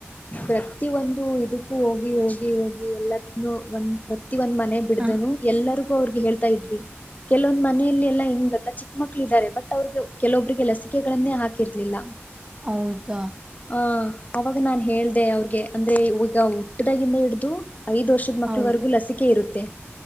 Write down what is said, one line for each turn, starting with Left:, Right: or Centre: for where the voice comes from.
Left: ಪ್ರತಿ ಒಂದು ಇ ಹೋಗಿ ಹೋಗಿ ಹೋಗಿ ಎಲ್ಲತ್ನು ಒಂದ್ ಪ್ರತಿ ಒಂದ್ ಮನೆ ಬಿಡ್ದನು
Right: ಆ,
Left: ಎಲ್ಲರೂ ಅವ್ರಿಗೆ ಹೇಳ್ತಾ ಇದ್ವಿ ಕೆಲವೊ್ ಮನೆಯಲ್ಲಿ ಎಲ್ಲಾ ಹಿಂಗತ್ತ ಚಿಕ್ಕ ಕ್ಕ ಮಕ್ಕಳ ಇದಿದ್ದಾರೆ ಬಟ್ ಅವ್ರಿಗೆ ಕೆಲವೊಬ್ರರಿಗೆ ಲಸಿಕೆಗಳನ್ನೇ ಹಾಕಿರ್ಲಿಲ್ಲ
Right: ಹೌದಾ
Left: ಹ ಅವಾಗ ನಾನ್ ಹೇಳ್ದ ಅವ್ರಿಗೆ ಅಂದ್ರೆ ಈಗ ಹುಟ್ಟ್ದಾಗಿಂದ ಹಿಡ್ದು ಐದು ವರ್ಷದ್ ಮಕ್ಕಳವರೆಗೂ
Right: ಹೌದು
Left: ಲಸಿಕೆ ಇರುತ್ತೆ